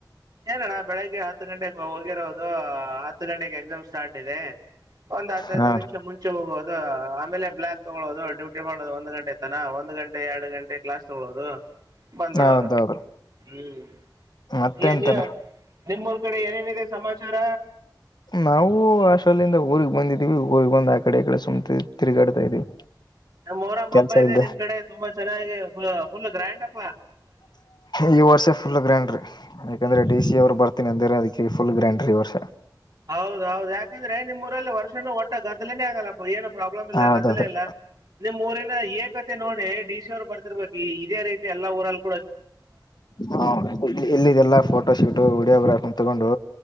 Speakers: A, on the right; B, on the left.
A: ಏನಣ್ಣ ಬೆಳಿಗ್ಗೆ ಹತ್ತು ಗಂಟೆಕ್ಕಾ ಹೋಗಿರೋದು ಹತ್ತು ಗಂಟೆಗೆ ಎಕ್ಸಾಮ್ ಸ್ಟಾರ್ಟ್ ಇದೆ ಒಂದು ಹತ್ತು ಹದಿನೈದ್
B: ಹಾ
A: ನಿಮಿಷ ಮುಂಚೆ ಹೋಗೋದು ಆಮೇಲೆ ಬ್ಲಾಕ್ ತಗೊಳ್ಳೋದು ಡ್ಯೂಟಿ ಮಾಡೋದು ಒಂದು ಗಂಟೆ ನಾನಾ ಒಂದ್ ಗಂಟೆ ಎರಡು ಗಂಟೆ ಕ್ಲಾಸ್ ತಗೊಳ್ಳೋದು. ಬಂದ್ಬಿಡೋದು
B: ಹೌದೌದು
A: ಹ್ಮ್
B: ಮತ್ತೆ
A: ಏ
B: ಅಂತಾನೆ
A: ನ್ಯ ನಿಮ್ಮೂರ್ ಕಡೆ ಏನೇನಿದೆ ಸಮಾಚಾರ.
B: ನಾವು ಹಾಸ್ಟೆಲ್ ಇಂದ ಊರಿಗ್ ಬಂದಿದೀವಿ ಊರಿಗ್ ಬಂದ ಆ ಕಡೆ ಈ ಕೆಡೆ ಸುಮ್ ತಿರುಗ್ ತಿರುಗಾಡ್ತಾ ಇದೀವಿ.
A: ಮೊಹರಂ
B: ಕೆಲ್ಸ
A: ಹಬ್ಬ ಇದೆ
B: ಇಲ್ದೆ
A: ನಿಮ್ ಕಡೆ ತುಂಬಾ ಚೆನ್ನಾಗಿ ಫುಲ್ ಫುಲ್ ಗ್ರ್ಯಾಂಡ್ ಆಗಿ
B: ಈ ವರ್ಷ ಫುಲ್ ಗ್ರ್ಯಾಂಡ್ರಿ ಯಾಕಂದ್ರೆ ಡಿ ಸಿ
A: ಹ್ಮ್
B: ಅವರು ಬರ್ತನಿ ಅಂದರ ಅದಕ್ಕೆ. ಫುಲ್ ಗ್ರ್ಯಾಂಡ್ ರಿ ಈ ವರ್ಷ
A: ಹೌದೌದು ಯಾಕಂದ್ರೆ ನಿಮ್ಮೂರಲ್ಲಿ ವರ್ಷನೂ ಒಟ್ಟ ಗದ್ದಲೇನೆ ಆಗಲ್ಲಪ್ಪ ಏನಪ್ಪ ಪ್ರಾಬ್ಲಮ್ ಇಲ್ಲ
B: ಹೌದೌದ್ರೀ
A: ಗದ್ದಲ ಇಲ್ಲ ನಿಮ್ ಊರಿನಾ ಏಕ ತೆ ನೋಡಿ ಡಿ ಸಿ ಅವ್ರು. ಬರ್ತಿರ್ಬೇಕು ಇದೇ ರೀತಿ ಎಲ್ಲ ಊರಲ್.
B: ಹ ಇಲ್ಲಿ ಇಲ್ಲಿದೆಲ್ಲ ಫೋಟೋ ಶೂಟ್ ವಿಡಿಯೋಗ್ರಾಫಿ ತಗೊಂಡು